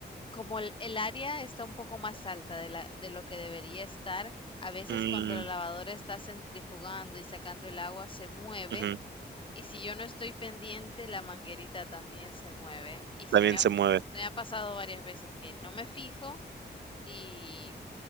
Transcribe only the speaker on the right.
mm,
ujú,
también
se mueve.